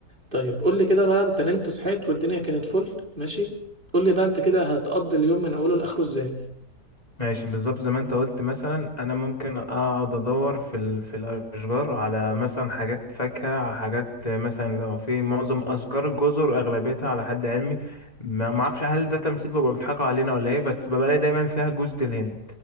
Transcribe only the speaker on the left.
ماشي بالظبط زي ما انت قلت مثلا انا ممكن اقعد ادور في ال... في الاشجار على مثلا حاجات فاكهه على حاجات مثلا لو في معظم اشجار الجزر اغلبيتها على حد علمي ما ما اعرفش هل ده تمثيل بيبقى بيضحكوا علينا ولا ايه بس ببقى الاقي دايما فيها جوز الهند